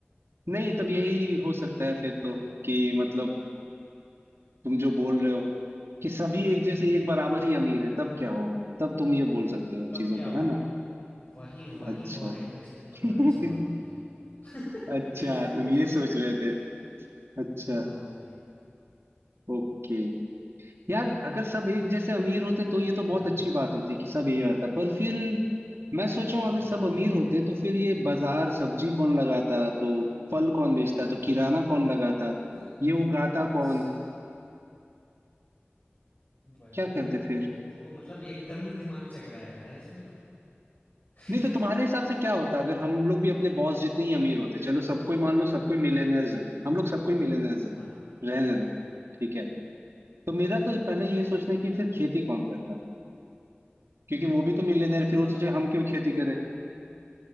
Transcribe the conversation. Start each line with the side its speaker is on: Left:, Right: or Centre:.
Right: नहीं तब यही हो सकता है फिर तो कि मतलब तुम जो बोल रहे हो कि सभी एक जैसे
Left: हाँ
Right: एक बराबर ही अमीर है तब क्या होगा तब तुम ये
Left: हाँ
Right: बोल सकते हो
Left: तब
Right: चीजों
Left: क्या
Right: पर
Left: होगा
Right: है ना
Left: वही वही
Right: अच्छा
Left: बहुत इंटरेस्टिंग
Right: <laughs>
Left: मतलब ऐसी बात है भाई <laughs>
Right: अच्छा तुम
Left: जो
Right: ये सोच
Left: कि मतलब
Right: रहे थे अच्छा
Left: हाँ भाई
Right: ओके यार अगर सब एक जैसे अमीर होते तो ये तो बहुत
Left: हाँ
Right: अच्छी बात होती कि सब यही होता पर फिर मैं सोच रहा हूँ अगर सब
Left: हम्म
Right: अमीर होते तो फिर ये बाजार सब्जी कौन लगाता तो फल कौन बेचता तो किराना कौन लगाता
Left: तो
Right: ये उगाता कौन
Left: सब वही
Right: क्या करते
Left: तो
Right: फिर
Left: वही तो मतलब एकदम ही दिमाग चकरा रहा है यार इसमें तो <laughs>
Right: नहीं तो तुम्हारे हिसाब से क्या होता अगर हम लोग भी अपने बॉस जितने ही अमीर होते चलो सबको ही मान लो सबको मिलेनियर्स
Left: हम्म,
Right: है हम लोग सबको ही मिलेनियर्स है
Left: हाँ
Right: रहने दो
Left: हाँ
Right: ठीक है तो मेरा तो पहले ये सोचना है कि फिर खेती कौन करता क्योंकि वो भी तो मिलेनियर फिर
Left: अब
Right: वो सोचे हम क्यों खेती करें